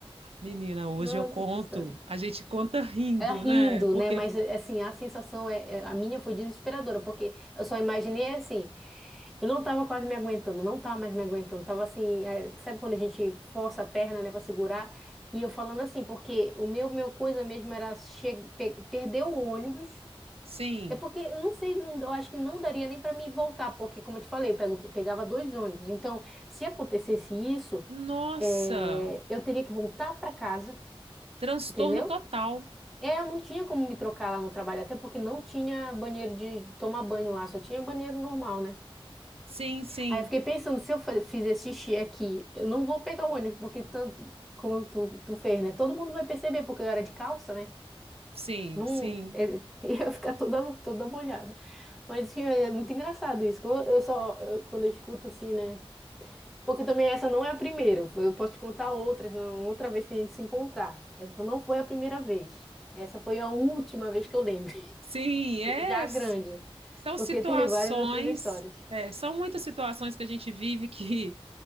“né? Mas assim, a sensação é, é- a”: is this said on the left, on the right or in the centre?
Centre